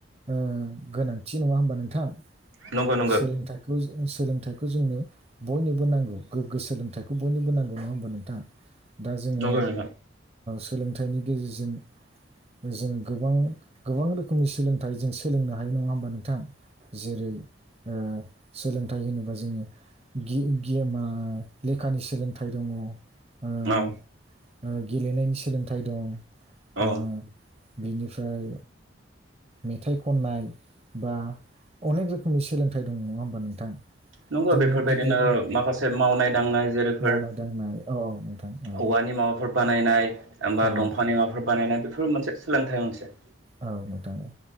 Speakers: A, on the right (about 30°); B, on the right (about 80°).
A: ओ गोनांथि नङा होमबा नोंथां
B: नंगौ नंगौ
A: सोलोंथाइखौ सोलोंथाइखौ जोंनो बयनोबो नांगौ गोग्गो सोलोंथाइखौ बयनोबो नांगौ नङा होमबा नोंथाङा दा जोङो
B: नंगौ नोंथां
A: सोलोंथाइनि गेजेरजों जों गोबां गोबां रोखोमनि सोलोंथाइ जों सोलोंनो हायो नङा होमबा नोंथां जेरै ओ सोलोंथाइ होनोबा जोङो गियमा लेखानि सोलोंथाइ दं ओ
B: औ
A: गेलेनायनि सोलोंथाइ दं
B: औ
A: ओ बिनिफ्राय मेथाइ खननाय बा अनेक रोखोमनि सोलोंथाइ दं नङा होमबा नोंथां
B: नंगौ
A: जोंनि
B: बेफोरबायदिनो
A: गिबियाव
B: माखासे मावनाय दांनाय जेरैफोर
A: मावनाय दांनाय औ नोंथां औ
B: औवानि माबाफोर बानायनाय बा
A: औ
B: दंफांनि माबाफोर बानायनाय बेफोर मोनसे सोलोंथाइ मोनसे
A: औ नोंथां औ